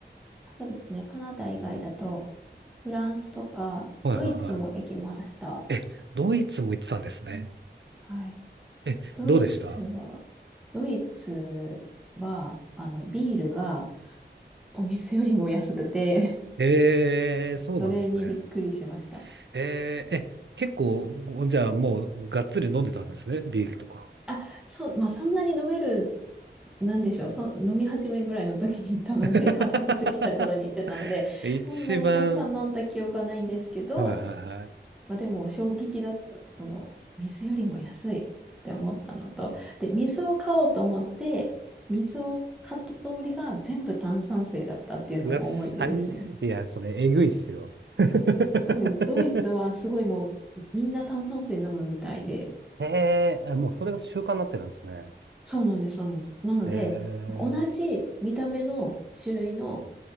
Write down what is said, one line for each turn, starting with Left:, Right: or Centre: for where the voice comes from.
Centre: そうですね。カナダ以外だと、フランスとか、
Right: はいはいはい。
Centre: ドイツも行きました。
Right: え、ドイツも行ってたんですね。
Centre: はい。
Right: え、
Centre: ドイツは、
Right: どうでした
Centre: ドイツは、あの、ビールがお店よりも安くて、
Right: えー、
Centre: <laughs>
Right: そうなんですね。
Centre: それにびっくりしました。
Right: えー、え、結構、じゃあもうがっつり飲んでたんですね。ビールとか。
Centre: あ、そう、まあ、そんなに飲める、なんでしょう、そ、飲み始めぐらいの時に行ったので、
Right: <laughs>
Centre: <laughs> 二十歳過ぎた頃に行ってたので、
Right: 一番、
Centre: そんなにたくさん飲んだ記憶はないんですけど、
Right: はいはいはい。
Centre: まあでも衝撃だった。その、水よりも安いって思ったのと、で、水を買おうと思って、水を買ったつもりが全部炭酸水だったっていうのも思い出ですね。
Right: うわ、最、<laughs> いや、それ、えぐいっすよ。<laughs>
Centre: うんドイツはすごいもうみんな炭酸水飲むみたいで、
Right: へえ、あもうそれが習慣になってるんですね。
Centre: そうなんです、そうなんです。なので、
Right: へえ、
Centre: 同じ見た目の種類の